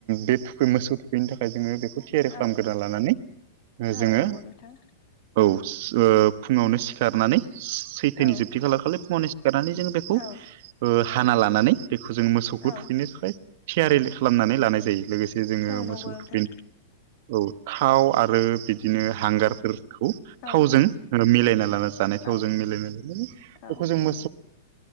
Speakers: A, on the right; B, on the left.
A: बे थुखै मोसौ थुखैनो थाखाय जोङो बेखौ थ केयर खालामग्रोना
B: औ
A: लानानै
B: औ
A: जोङो
B: नंगौ नोंथां
A: औ फुङावनो सिखारनानै सैथोनि
B: औ
A: जोबथि खाला खालि फुङावनो गारनानै जों बेखौ
B: औ
A: हाना लानानै बेखौ जों मोसौखौ
B: औ
A: थुखैनो थाखाय थियारि खालामनानै लानाय जायो लोगोसे जोङो
B: औ नंगौ
A: मोसौनो
B: नोंथां
A: औ थाव आरो बिदिनो हांगारफोर खौ थावजों
B: औ
A: मिलायना लाना जानाय थावजों
B: औ
A: मिलायना
B: औ
A: बेखौ जों मो